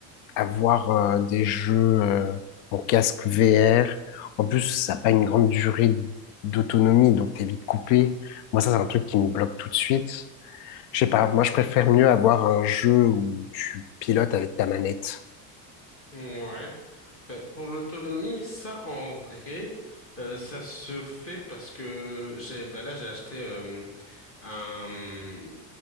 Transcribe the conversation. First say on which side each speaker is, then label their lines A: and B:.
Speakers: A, on the left; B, on the left.
A: à voir euh, des jeux euh, en casque VR. En plus, ça n'a pas une grande durée d'autonomie, donc t'es vite coupé. Moi, ça, c'est un truc qui me bloque tout de suite. Je sais pas, moi je préfère mieux avoir un jeu où tu pilotes avec ta manette.
B: Ouais. Ben, pour l'autonomie, ça en vrai, euh, ça se fait parce que j'ai ben là j'ai acheté euh, un